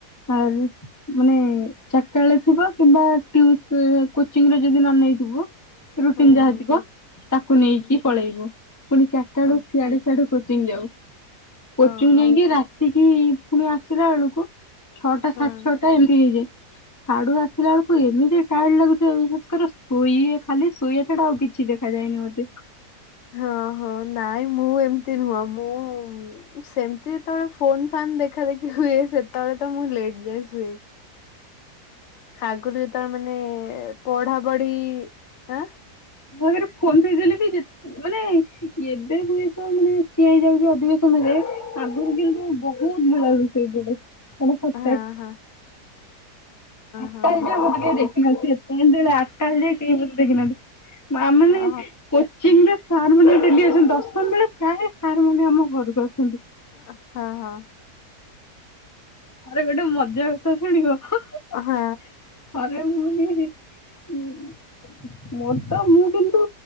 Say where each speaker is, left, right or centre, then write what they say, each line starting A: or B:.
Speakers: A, on the left; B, on the left.
A: ଆର ମାନେ ଚାରିଟା ବେଳେ ଥିବ କିମ୍ବା ଟିୟୁ ସେ କୋଚିଂରେ ଯଦି ନ ନେଇଥିବ ରୁଟିନ
B: ହୁଁ
A: ଯାହା
B: ହୁଁ
A: ଥିବ ତାକୁ
B: ହୁଁ
A: ନେଇକି ପଳେଇବ। ପୁଣି ଚାରିଟାରୁ
B: ଓ
A: ସିଆଡେ ସିଆଢୁ କୋଚିଂ ଯାଉ କୋଚିଂ
B: ଓହୋ
A: ଯାଇକି ରାତିକି ପୁଣି ଆସିଲା ବେଳକୁ ଛଅଟା
B: ହଁ
A: ସାଢ଼େ ଛଅଟା ଏମିତି ହେଇଯାଏ। ସାଡୁ ଆସିଲା ବେଳକୁ ଏମିତି ଟାଇଡା ଲାଗୁଥିବ ବିଶ୍ୱାସ କର ଶୋଇଏ ଖାଲି ଶୋଇବା ଛଡା ଆଉ କିଛି ଦେଖା ଯାଏନି ମୋତେ।
B: ହଁ ହଁ ନାଇଁ ମୁଁ ଏମତି ନୁହଁ ମୁଁ ସେମିତି ଯେତେବେଳେ ଫୋନ ଫାନ୍ ଦେଖା ଦେଖି ହୁଏ ସେତେବେଳେ ତ ମୁଁ ଲେଟ ଯାଏ ଶୁଏ। ଆଗୁରୁ ଯତେଳେ ମାନେ ପଢାପଢି ଆଁ
A: ମୋ ଆଗରେ ଫୋନ ଥୋଇ ଦେଲେ ବି ଯା ମାନେ ଏବେ କୁଇଷ ମାନେ ଚିଆଇ ଯାଉଛି ଅଧିକ ସମୟ ଯାଏ। ଆଗରୁ କିନ୍ତୁ ବହୁତ ଭଲ ରୋଷେଇ ପଡ଼େ, ବଡ <unintelligible>
B: ହଁ ହଁ
A: <unintelligible>
B: ହଁ
A: ମତେ
B: ହଁ ହଁ
A: କେହି ଦେଖିନଥିବେ ଯେମିତି ଆଠଟା ହେଇଯାଏ କେହି ମତେ ଦେଖି ନାହାନ୍ତି। ଆ ମାନେ
B: ହଁ
A: କୋ ଚିଙ୍ଗରେ ସାର୍ ମାନେ ଡେଲି ଆସନ୍ତି ଦଶମ ବେଳେ ପ୍ରାୟ ସାର୍ ମାନେ ଆମ ଘରକୁ ଆସନ୍ତି।
B: ଆ ହଁ ହଁ।
A: ଆରେ ଗୋଟେ ମଜା କଥା ଶୁଣିବ ହାଁ ହାଁ।
B: ହଁ ହଁ
A: ଘରେ ମୁନି ଉଁ
B: ହଁ
A: ମୋର ତ ମୁଁ କିନ୍ତୁ